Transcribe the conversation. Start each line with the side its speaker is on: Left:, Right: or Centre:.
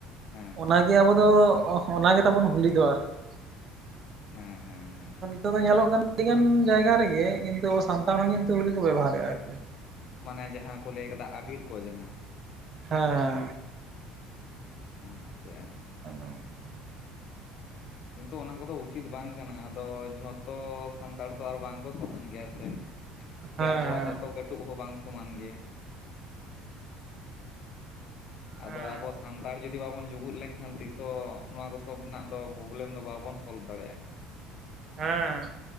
Left: ᱦᱮᱸ
Right: ᱚᱱᱟ ᱜᱮ ᱟᱵᱚ ᱫᱚ ᱚᱱᱟᱜᱮ ᱛᱟᱵᱚᱱ ᱦᱩᱞᱤ ᱫᱚ ᱟᱨᱠᱤ ᱾
Left: ᱦᱮᱸ ᱦᱮᱸ ᱦᱮᱸ ᱾
Right: ᱱᱤᱛᱚᱜ ᱫᱚ ᱧᱮᱞᱚᱜ ᱠᱟᱱᱟ ᱟᱹᱰᱤᱜᱟᱱ ᱡᱟᱭᱜᱟ ᱨᱮᱜᱮ ᱠᱤᱱᱛᱩ ᱟᱵᱚ ᱥᱟᱱᱛᱟᱲ ᱦᱚᱸ ᱠᱤᱱᱛᱩ ᱦᱳᱞᱤ ᱠᱚ ᱵᱮᱵᱚᱦᱟᱨᱮᱫᱼᱟ ᱟᱨᱠᱤ ᱾
Left: ᱢᱟᱱᱮ ᱡᱟᱦᱟᱸ ᱠᱚ ᱞᱟᱹᱭ ᱠᱟᱫᱟ ᱟᱵᱤᱨ ᱠᱚ ᱡᱟᱦᱟᱸ ᱾
Right: ᱦᱮᱸᱻ
Left: <unintelligible> ᱪᱤᱠᱟᱹᱜᱼᱟ᱾
Right: <unintelligible>
Left: ᱠᱤᱱᱛᱩ ᱚᱱᱟ ᱠᱚᱫᱚ ᱩᱪᱤᱛ ᱵᱟᱝ ᱠᱟᱱᱟ, ᱟᱫᱚ ᱡᱷᱚᱛᱚ ᱥᱟᱱᱛᱟᱲ ᱫᱚ ᱟᱨ ᱵᱟᱝ ᱠᱚ ᱥᱚᱢᱟᱱ ᱜᱮᱭᱟ ᱥᱮ᱾ ᱥᱮ
Right: ᱦᱮᱸ
Left: ᱟᱵᱚᱣᱟᱜ ᱡᱷᱚᱛᱚ ᱠᱟᱹᱴᱩᱵ ᱦᱚᱸ ᱵᱟᱝ ᱥᱚᱢᱟᱱ ᱜᱮᱭᱟ᱾
Right: ᱦᱮᱸ
Left: ᱟᱫᱚ ᱟᱵᱚ ᱥᱟᱱᱛᱟᱲ ᱡᱩᱫᱤ ᱵᱟᱵᱚᱱ ᱡᱩᱜᱩᱫ ᱞᱮᱱᱠᱷᱟᱱ ᱛᱤᱥᱦᱚ ᱱᱚᱣᱟ ᱠᱚ ᱥᱚᱵ ᱨᱮᱱᱟᱜ ᱫᱚ ᱯᱨᱚᱵᱞᱮᱢ ᱫᱚ ᱵᱟᱵᱚᱱ ᱥᱚᱞᱵᱷ ᱫᱟᱲᱮᱭᱟᱜᱼᱟ᱾
Right: ᱦᱮᱸ᱾